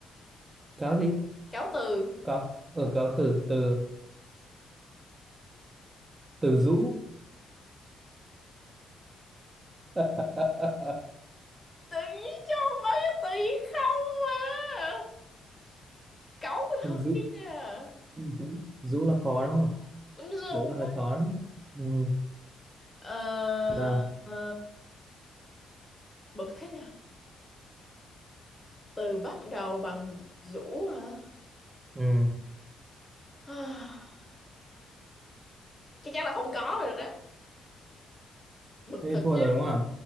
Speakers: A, on the right (about 25°); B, on the left (about 25°).
A: cáo gì
B: cáo từ.
A: cáo ở cáo từ từ từ rũ <laughs>
B: Tự nhiên cho bao nhiêu tự nhiên không à. Cáu thật
A: từ rũ
B: cái nha.
A: rũ rũ là khó đúng không
B: Đúng rồi.
A: rũ là hơi khó đấy. ừ.
B: Ờ,
A: nào
B: ờ, bực thế nha. Từ bắt đầu bằng rũ hả?
A: ừ.
B: <sighs> Chắc chắn là không có rồi đó. Bực
A: thế
B: thật
A: thì thua
B: chứ.
A: rồi đúng không